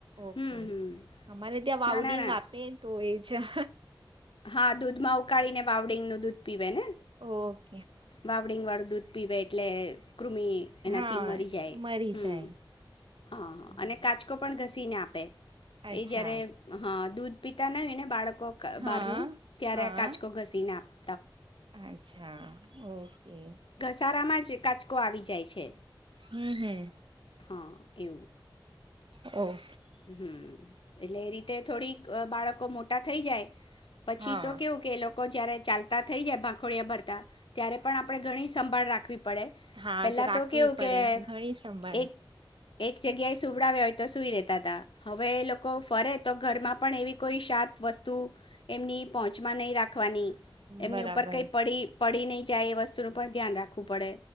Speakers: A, on the right (about 85°); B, on the left (about 85°).
A: ઓકે
B: હમ હમ
A: અમારે ત્યાં વાઉડિંગ
B: ના ના ના
A: આપે તો એ અચ્છા.
B: હા દૂધમાં ઉકાળી ને વાવડીંગ નું દૂધ પીવા ને
A: ઓ
B: બાવડીંગ વાળ દૂધ પીવે એટલે કૃમિ એનાથી
A: હા
B: મરી જાય
A: મરી
B: હમ
A: જાય.
B: હા હ
A: હમ.
B: અને કાચકો પણ ઘસી ને આપે.
A: અચ્છા
B: એ જયારે હા. દૂધ પીતા ન એને બાળકો.
A: હા
B: બાર નું ત્યારે
A: હા
B: આ કાચકો ઘસી ના આપ.
A: અચ્છા. ઓકે.
B: સારામાં જ કાચકો આવી જાય છે.
A: હમ હમ.
B: હા એવું.
A: ઓ.
B: <inaudible> એ રીતે થોડીક બાળકો. મોટા થઈ જાય પછી
A: હા
B: તો કેવું કે લોકો. જયારે ચાલતા થઈ જાય ભ ખોડિયા ભરતા ત્યારે પણ આપણે ગણી. સંભાળ રાખવી. પડે
A: હાજ
B: પહેલાં
A: રાખવી
B: તો કેવું
A: પડે
B: કે
A: ઘણી સંભાળે.
B: એક એક જગ્યાએ સુવડાવ્યા હોય તો સુઈ રહેતાં તા હવે એ લોકો ફરે તો ઘરમાં પણ એવી કોઈ શાર્પ વસ્તુ એમની પહોંચમાં નહી રાખ ખવાની એમની
A: બરાબર
B: ઉપર કંઈ પડી પડી નહી જાય એ વસ્તુ ઉપર ધ્યાન રાખવું પડે,